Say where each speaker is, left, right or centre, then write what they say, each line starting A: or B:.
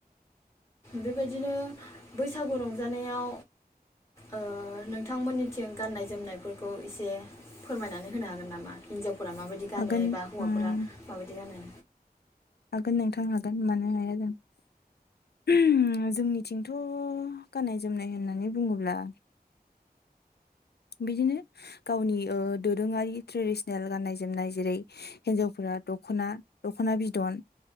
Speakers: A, on the left; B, on the left.
A: बेबायदिनो बैसागु रंजानायाव ओ नोंथांमोननिथिं गाननाय जोमनायफोरखौ एस ए फोरमायनानै होनो हागोन नामा हिनजाव फोरा माबायदि गानो
B: हागोन
A: एबा हौवाफोरा
B: उम
A: माबायदि गानो?
B: हागोन नोंथां हागोन मानो हाया जानो जोंनिथिंथ' गाननाय जोमनाय होननानै बुङोब्ला बिदिनो गावनि ओ दोरोङारि ट्रेडिसनेल गाननाय जोमनाय जेरै हिनजावफोरा दखना दखना बिदन